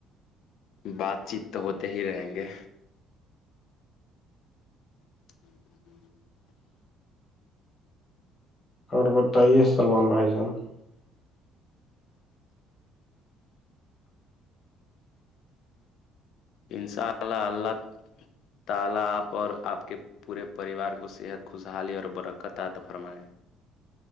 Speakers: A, on the left; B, on the left.
A: بات چیت تو ہوتے ہی رہیں گے ہاں ہوں
B: اور بتائیے سلمان بھائی جان <unintelligible>
A: انشاء اللہ اللہ تعالی آپ اور آپ کے پورے پریوار کو صحت خوشحالی اور برکتات فرمائائے